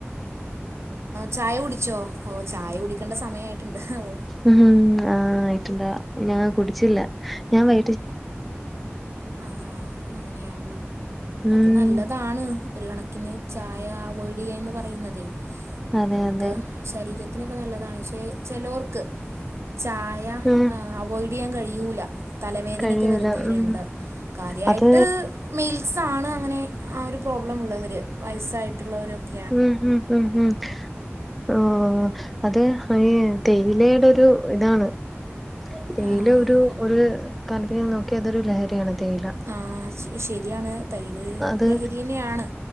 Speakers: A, on the right; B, in the centre.
A: ചായ കുടിച്ചോ ഓ ചായ കുടിക്കേണ്ട സമയായിട്ടുണ്ട് ഓഹ്
B: ഉം ആഹ് ആയിട്ടുണ്ടാ ഞാൻ കുടിച്ചില്ല ഞാൻ വൈ
A: ആഹ് അങ്ങനെയാണല്ലേ
B: ഉം
A: അത് നല്ലതാണ് ഒരു കണക്കിന് ചായ അവോയ്ഡ്യ്യാന്ന് പറയുന്നതേ
B: അതെ
A: നമുക്ക്
B: അതെ
A: ശരീരത്തിനൊക്കെ നല്ലതാണ് പക്ഷെ ചിലോർക്ക് ചായ
B: ഉം
A: അവോയ്ഡയ്യാൻ കഴിയൂല തലവേദനയൊക്കെ
B: കഴിയൂല
A: വരുന്നവരുണ്ട്
B: ഉം
A: കാര്യായിട്ട്
B: അത്
A: മെയിൽസാണ് അങ്ങനെ ആ ഒരു പ്രോബ്ലം ഉള്ളവര് വയസ്സായിട്ടുള്ളവരൊക്കെ
B: ഉം ഉം ഉം ഉം ഓ അത് അഈ തേയിലയുടെ ഒരു ഇതാണ് തേയില
A: ആഹ്
B: ഒരു ഒരു കണക്കിന് നോക്കിയ അതൊരു ലഹരിയാണ് തേയില
A: ആഹ് ശരിയാണ് തേയില
B: അത്
A: ലഹരിന്നെയാണ്